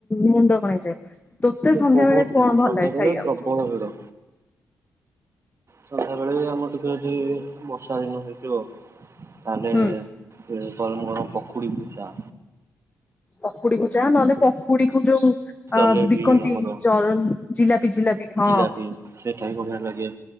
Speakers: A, on the left (about 20°); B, on the right (about 40°).
A: ମୁଣ୍ଡ କଣ ହେଇଯାଏ ତୋତେ ସନ୍ଧ୍ୟା
B: ବହୁତ
A: ବଳେ କଣ ଭଲ
B: ସନ୍ଧ୍ୟାବେଳେ
A: ଲାଗେ ଖାଇବାକୁ?
B: ପ୍ରବଳ ଭିଡ଼ ସନ୍ଧ୍ୟା ବେଳେ ଆମର ଟିକେ ଯଦି ବର୍ଷା ଦିନ ହେଇଥିବ ତାହେଲେ
A: ହୁଁ
B: ଗରମ ଗରମ ପକୁଡ଼ି କୁ ଚା।
A: ପକୁଡିକୁୁ ଚା ନହେଲେ ପକୁଡି କୁ ଯୋଉ
B: ଜଲେବି
A: ଅ ବିକନ୍ତି
B: ଆମର
A: ଚର ଜିଲାପି ଜିଲାପି ହଁ।
B: ଜିଲାପି ସେଇଟା ବି ବଢିଆ ଲାଗେ